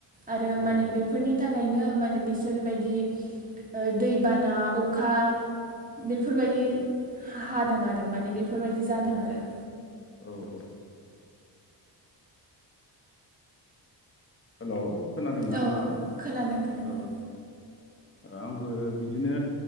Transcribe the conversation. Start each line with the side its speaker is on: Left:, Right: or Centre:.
Right: आरो माने
Left: औ
Right: बेफोरनि थाखायनो माने बिसोर बायदि ओ दै बाना अखा बेब बेफोर बायदि हादों आरो माने बेफोरबायदि जादों आरो
Left: औ औ हेलौ खोनादोंना
Right: औ
Left: नोंथां
Right: औ खोनादों खोनादों
Left: ओ ओ आंबो बिदिनो